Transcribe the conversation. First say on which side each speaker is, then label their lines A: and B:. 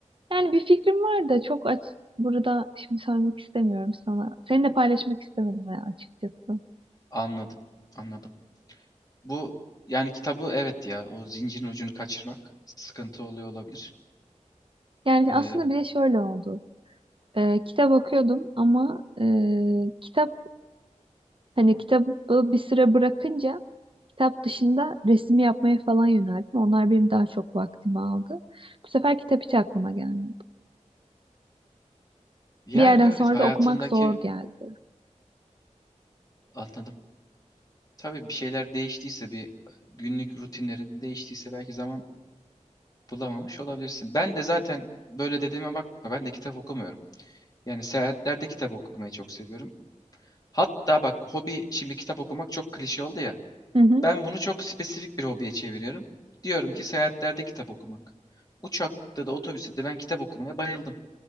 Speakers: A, on the right; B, on the left.
A: Yani bir fikrim var da çok aç... Burada şimdi söylemek istemiyorum sana. Seninle paylaşmak istemedim ya açıkçası.
B: Anladım, anladım. Bu yani kitabı evet ya o zincirin ucunu kaçırmak sıkıntı oluyor olabilir.
A: Yani
B: Ee,
A: aslında bir de şöyle oldu. Ee, kitap okuyordum ama e, kitap hani kitabı bir süre bırakınca Kitap dışında resim yapmaya falan yöneldim. Onlar benim daha çok vaktimi aldı. Bu sefer kitap hiç aklıma gelmedi.
B: yani
A: Bir yerden
B: evet
A: sonra
B: hayatındaki
A: da okumak zor geldi.
B: anladım. Tabii bir şeyler değiştiyse bir günlük rutinlerin değiştiyse belki zaman bulamamış olabilirsin. Ben de zaten böyle dediğime bakma ben de kitap okumuyorum. Yani seyahatlerde kitap okumayı çok seviyorum. Hatta bak hobi şimdi kitap okumak çok klişe oldu ya.
A: Hı hı.
B: Ben bunu çok spesifik bir hobiye çeviriyorum. Diyorum ki seyahatlerde kitap okumak. Uçakta da otobüste de ben kitap okumaya bayıldım.